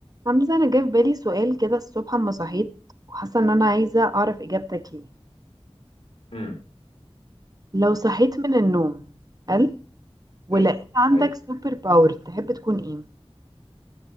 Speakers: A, on the right; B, on the left.
A: حمزة أنا جه في بالي سؤال كده الصبح أما صحيت وحاسة إن أنا عايزة أعرف إجابتك ليه
B: امم
A: لو صحيت من النوم قال ولقيت
B: ايوه
A: عندك
B: ايوه
A: سوبر باور تحب تكون إيه؟